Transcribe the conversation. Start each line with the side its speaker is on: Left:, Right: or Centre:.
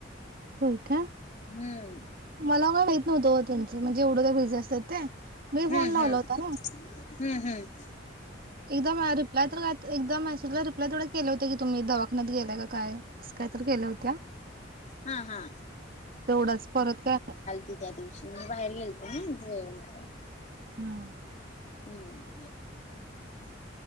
Right: होय का
Left: हम्म
Right: मला का माहित नव्हतं ओ त्यांचं म्हणजे एवढं का बिझी असतात ते मी फोन
Left: हम्म
Right: लावला
Left: हम्म
Right: होता ना
Left: हम्म हम्म
Right: एकदम रिप्लाय तर एकदम मेसेजला रिप्य तेवढा केले होते की तुम्ही दवाख्यात गेलाय काय असं काय तर गेल्या होत्या
Left: हा हा
Right: तेवढाच परत काय
Left: ते त्या दिवशी मी बाहेर गेलते ना जेवण करायला.
Right: हा
Left: हम्म <unintelligible>